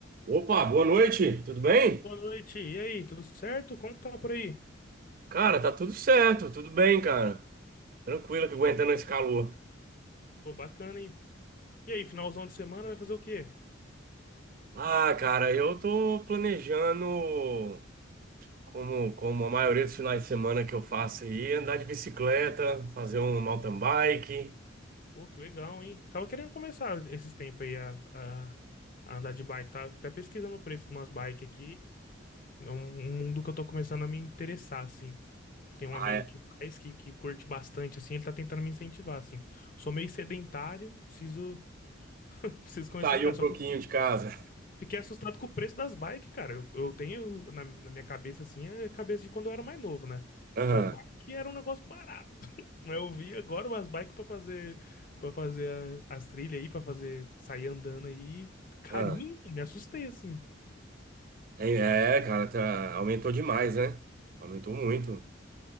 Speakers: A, on the right (about 45°); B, on the left (about 45°).
A: Opa, boa noite, tudo bem?
B: Boa noite. E aí, tudo certo? Como que tá por aí?
A: Cara, tá tudo certo, tudo bem, cara. Tranquilo que aguentando esse calor.
B: Pô, bacana, hein? E aí, finalzão de semana vai fazer o quê?
A: Ah, cara, eu tô planejando, como, como a maioria dos finais de semana que eu faço aí, andar de bicicleta, fazer um mountain bike.
B: Pô, que legal, hein? Tava querendo começar esses tempos aí a, a, a andar de bike. Tava até pesquisando o preço de umas bikes aqui. É um, um mundo que eu tô começando a me interessar, assim. Tem um
A: Ah,
B: amigo
A: é.
B: que faz, que, que curte bastante, assim. Ele tá tentando me incentivar, assim. Sou meio sedentário, preciso, <laughs> preciso começar
A: sair
B: a andar.
A: um
B: Só
A: pouquinho
B: que eu
A: de casa.
B: Fiquei assustado com o preço das bikes, cara. Eu, eu tenho na, na minha cabeça, assim, a cabeça de quando eu era mais novo, né?
A: Aham,
B: Pô, bike era um negócio barato. <laughs> Mas eu vi agora umas bikes pra fazer, para fazer a- as trilhas aí, pra fazer, sair andando aí. Carinho,
A: aham.
B: me assustei, assim.
A: É, é, cara, tá- aumentou demais, né? Aumentou muito.